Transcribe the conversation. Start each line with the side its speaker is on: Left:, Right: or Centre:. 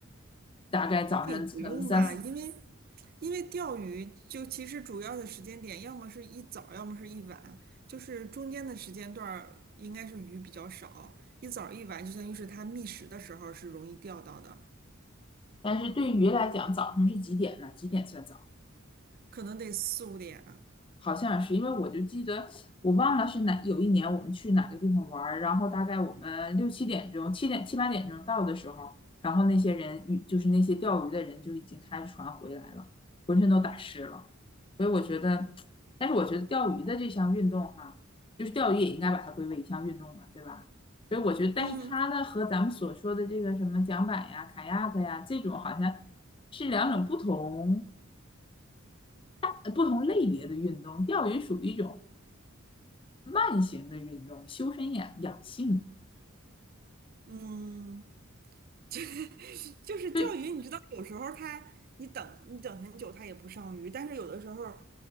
Left: 大概早上可能三四。
Right: 那也不用吧，因为因为钓鱼就其实主要的时间点，要么是一早，要么是一晚，就是中间的时间段儿应该是鱼比较少，一早一晚就相当于是它觅食的时候是容易钓到的，
Left: 但是对于来讲，早上是几点呢？几点算早？
Right: 可能得四五点啊。
Left: 好像是因为我就记得我忘了是哪有一年我们去哪个地方玩儿，然后大概我们六七点钟、七点七八点钟到的时候，然后那些人鱼就是那些钓鱼的人就已经开着船回来了，浑身都打湿了。所以我觉得，但是我觉得钓鱼的这项运动哈，就是钓鱼也应该把它归为一项运动了，对吧？所以我觉得，但是它呢和咱们所说的这个什么桨板呀、
Right: 嗯
Left: 卡亚克呀这种好像是两种不同呃不同类别的运动，钓鱼属于一种。慢型的运动，修身养养性
Right: 嗯，<laughs> 就是钓鱼，
Left: 对，
Right: 你知道，有时候它你等你等很久，它也不上鱼，但是有的时候